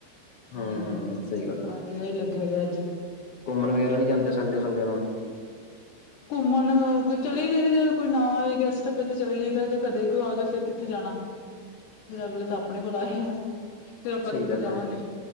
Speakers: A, on the left; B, on the left.
A: ਹੂੰ-ਹੂੰ
B: ਹਾਂਜੀ
A: ਸਹੀ ਗੱਲ ਹੈ
B: ਆਅ ਲੱਗਿਆ ਹੋਆ ਅੱਜ।
A: ਘੁੰਮਣ ਵਗੈਰਾ ਨੀ ਜਾਂਦੇ ਸੰਡੇ ਸੰਡੇ ਨੂੰ
B: ਘੁੰਮਣ ਅ ਕ ਚਲੇ ਜਾਈਦੇ, ਜਦੋਂ ਕੋਈ ਨਾ ਆਏ ਗੈਸਟ ਫਿਰ ਤਾਂ ਚਲੇ ਜਾਈਦਾ। ਜੇ ਕਦੇ ਕੋਈ ਆ ਗਿਆ, ਫਿਰ ਕਿੱਥੇ ਜਾਣਾ। ਫਿਰ ਅਗਲੇ ਤਾਂ ਆਪਣੇ ਕੋਲ ਆਏ ਆ, ਫਿਰ ਆਪਾਂ
A: ਸਹੀ
B: ਕਿੱਥੇ
A: ਗੱਲ
B: ਜਾਵਾਂਗੇ।
A: ਹੈ